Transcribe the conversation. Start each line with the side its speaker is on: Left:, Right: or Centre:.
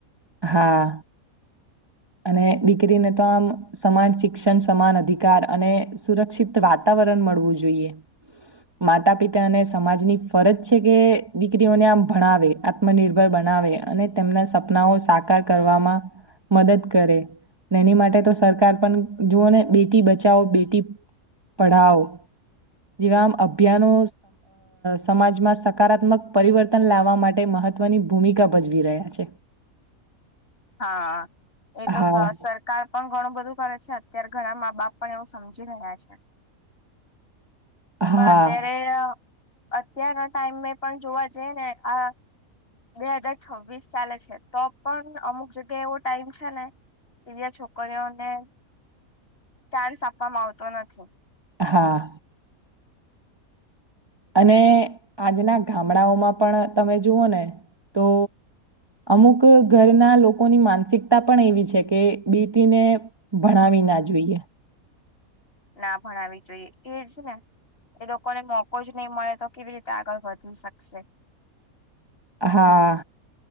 Right: હા અને દીકરીને તો આમ સમાન શિક્ષણ સમાન અધિકાર અને સુરક્ષિત વાતાવરણ મળવું જોઈએ માતા પિતા અને સમાજની ફરજ છે કે દીકરીઓને આમ ભણાવે આત્મનિર્ભર બને અને તેમના સપનાઓ સાકાર કરવામાં મદદ કરે એની માટે તો સરકાર પણ જુઓ ને બ બેટી બચાઓ બેટી પઢાઓ જેવામ અભિયાનો સમાજમાં સકારાત્મક પરિવર્તન લાવવા માટે મહત્વ ની ભૂમિકા ભજવી રહ્યા છે
Left: હા એ તો
Right: હા,
Left: સરકાર પણ ઘણું બધું બ છે અત્યારે ઘણા મા બાપ પણ એવું સમજી રહ્યા છે
Right: હા,
Left: પણ અત્યારે અત્યારના ટાઈમ મે પણ જોવા જઈએ ને આ બે હાજાર છવ્વીસ ચાલે છે તો પણ અમુક જગ્યા એવો ટાઈમ છે ને કેી જ્યા છોકરીઓને ચાન્સ આપવામાં આવતો નથી
Right: હા અને આજના ગામડાઓમાં પણ તમે જુઓ ને તો અમુક ઘરના લોકોની માનસિકતા પણ એવી છે કે બીટીને ભણાવી ના જોઈએ
Left: ના ભણાવી જોઈએ એજ ને એ લોકોને મોકો જ નહીં મળે તો કેવી રીતે આગળ વધી શકશે
Right: હા